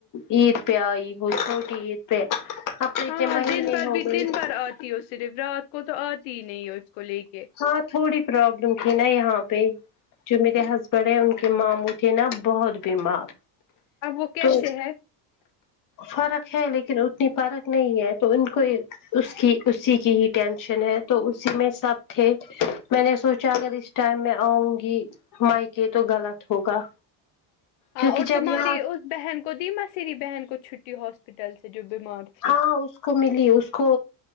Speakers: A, on the left; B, on the left.
A: عید پہ آئی ہو چھوٹی عید پہ اب تو اتنے
B: ہاں
A: مہینے
B: دن بھر
A: ہو
B: بھی
A: گئے
B: دن بھر آتی ہو صرف رات کو تو آتی ہی نہیں ہے اس کو لے کے
A: ہاں تھوڑی پروابلم تھی نا یہاں پہ جو میرے ہسبینڈ ہیں ان کے ماموں تھے نا بہت بیمار
B: اب وہ کیسے
A: تو
B: <inaudible>
A: فرق ہے لیکن اتنی فرق نہیں ہے تو ان کو اس کی اسی کی ہی ٹینشن ہے تو اسی میں سب تھے میں نے سوچا اگر اس ٹائم میں آؤں گی مائیکے تو غلط ہوگا
B: <inaudible> ہ
A: کیونکہ
B: اور
A: جب
B: تمہاری
A: یہاں
B: اسس بہن کو دی م سری بہن کو چھٹی ہاسپٹل سے جو بیمار تھی
A: ہاں اس کو ملی اس کو